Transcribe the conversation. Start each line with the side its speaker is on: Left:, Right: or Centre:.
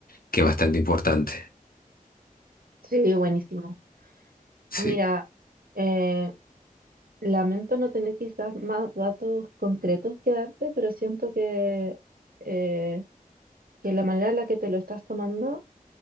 Left: que es bastante importante.
Right: Sí, buenísimo.
Left: Sí,
Right: Mira, eh, lamento no tener quizás más datos concretos que darte, pero siento que, eh, que la manera en la que te lo estás tomando